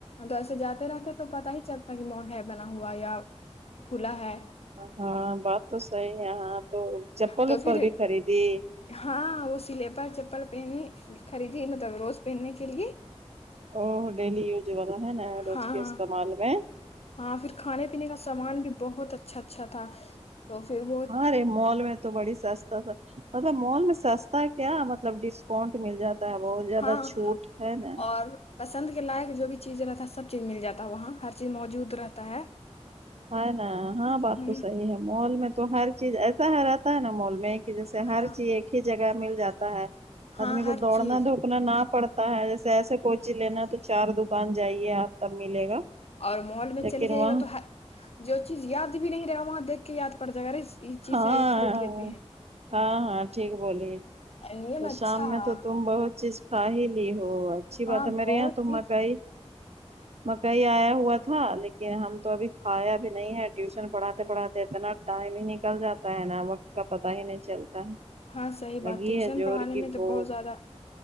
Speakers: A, on the left (about 65°); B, on the right (about 65°).
A: تو ایسے جاتے رہتے تو پتا ہی چلتا ہے کی مال ہےبنا ہوا یا کھولا ہے
B: ہاں بات تو صحیح ہاں تو چپل
A: تو
B: اپل
A: پھر
B: بھی خریدی
A: ہاں وہ سلیپر چپل پہنی خریدی مطلب روز پہنے کے لیے
B: او ڈیلی یوز والا ہے نا روز
A: ہاں
B: کے استعمال
A: ہاں
B: میں
A: ہاں فیر کھانے پینے کا سامان بھی بہت اچھا اچھا تھا تو فیر وہ
B: آ رے مال میں تو تو بڑی سستا تھا مطلب مال میں سستا کیا مطلب ڈسکاؤنٹ مل جاتا بہت زیادہ
A: ہاں
B: چھوٹ ہے نا
A: اور پسند کے لائق جو بھی چیزیں رہتا سب چیز مل جاتا ہے وہاں ہر چیز موجود رہتا ہے
B: ہے نا ہاں بات
A: ہ
B: تو صحیح ہے مال میں تو ہر چیز ایسا ہے رہتا ہے نا مال میں کہ جیسے ہر
A: ہاں
B: چیز ایک ہی جگہ مل جاتا ہے
A: ہاں
B: آدمی
A: ہر
B: کو دوڑنا
A: چیز
B: دو پنانا نہ پڑتا ہے جیسے ایسے کوئی چیز لینا تو چار دکان جائیے آپ تب ملے گا
A: اور مال میں
B: لیکن
A: چلیے جائیے
B: وہاں
A: گا تو ہ جوچیز یاد بھی نہیں رہے گا وہاں دیکھ کے یاد پڑ جائے گا ارے یہ چیز
B: ہاں
A: ہے
B: آ
A: یہ خرید لیتے ہیں
B: آ ہاں ہاں ٹھیک بولی
A: علیم
B: تو
A: اچھا
B: شام
A: ہے،
B: میں تو تم بہت چیز کا ہے لی ہو اچھی
A: ہاں
B: بات ہے میرے
A: بہت
B: یہاں تو
A: چیز
B: مکائی مکائی آیا ہوا تھا لیکن ہم تو ابھی کھایا بھی نہیں ہے ٹیوشن پڑھاتے پڑھاتے اتنا ٹائم ہی نکل جاتا ہے نا وقت کا پتا ہی نہیں چلتا ہے
A: ہاں صحیح
B: لگی
A: بات ٹیوشن
B: ہے زور
A: پڑھانے
B: کی
A: میں
B: بھوک
A: تو بہت زیادہ